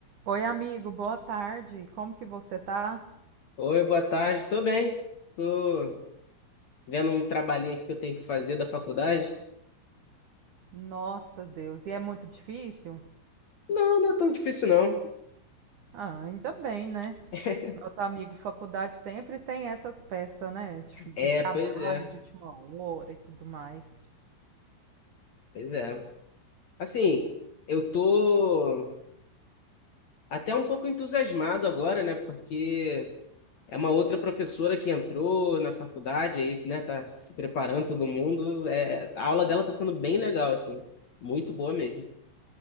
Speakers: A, on the right; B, on the left.
A: Oi, amigo, boa tarde. Como que você tá?
B: Oi, boa tarde. Tô bem. Tô vendo um trabalhinho aqui que eu tenho que fazer da faculdade.
A: Nossa, Deus. E é muito difícil?
B: Não, não é tão difícil, não.
A: Ah, ainda bem, né?
B: <laughs>
A: Nosso amigo faculdade sempre tem essas peças, né? De, de
B: É,
A: trabalho,
B: pois é,
A: de última hora e tudo mais.
B: pois é. Assim, eu tô até um pouco entusiasmado agora, né? Porque é uma outra professora que entrou na faculdade aí, né? Tá se preparando todo mundo. É, a aula dela tá sendo bem legal, assim. Muito boa mesmo.